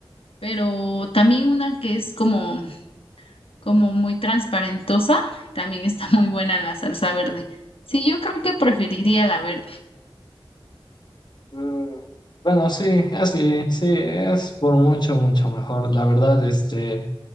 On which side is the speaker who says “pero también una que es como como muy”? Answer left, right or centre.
Left